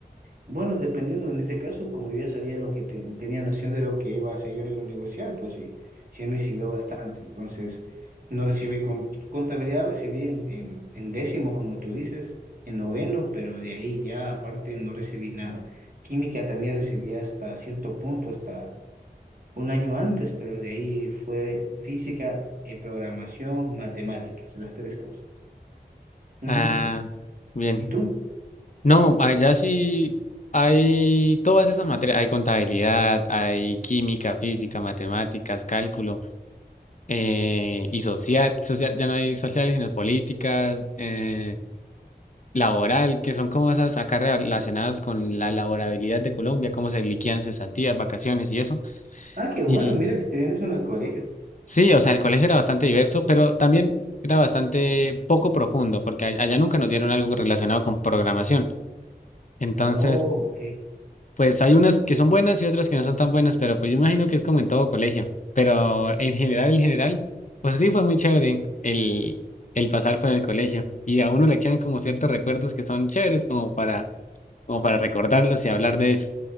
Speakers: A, on the right (about 60°); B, on the left (about 50°).
A: Bueno, dependiendo en ese caso, como yo ya sabía lo que ten- tenía noción de lo que iba a seguir en la universidad, pues sí, sí me sirvió bastante. Entonces, no recibí con- contabilidad, recibí en, en en décimo, como tú dices, en noveno, pero de ahí ya aparte no recibí nada. Química también recibí hasta cierto punto, hasta un año antes, pero de ahí fue física, eh, programación, matemáticas, las tres cosas. Ujú.
B: Ah, bien.
A: ¿Y tú?
B: No, allá sí hay todas esas materias, hay contabilidad, hay química, física, matemáticas, cálculo, eh, y social, social, ya no hay sociales, sino políticas, eh, laboral, que son como esas acá relacionadas con la laborabilidad de Colombia, cómo se liquidan cesantías, vacaciones y eso.
A: Ah, qué bueno,
B: Y
A: mira que te den eso en el colegio.
B: sí, o sea, el colegio era bastante diverso, pero también era bastante poco profundo, porque a- allá nunca nos dieron algo relacionado con programación. Entonces,
A: Oh, ok.
B: Pues hay unas que son buenas y otras que no son tan buenas, pero pues yo imagino que es como en todo colegio. Pero en general, en general, pues sí fue muy chévere el, el pasar por el colegio. Y a uno le quedan como ciertos recuerdos que son chéveres como para, como para recordarlos y hablar de eso.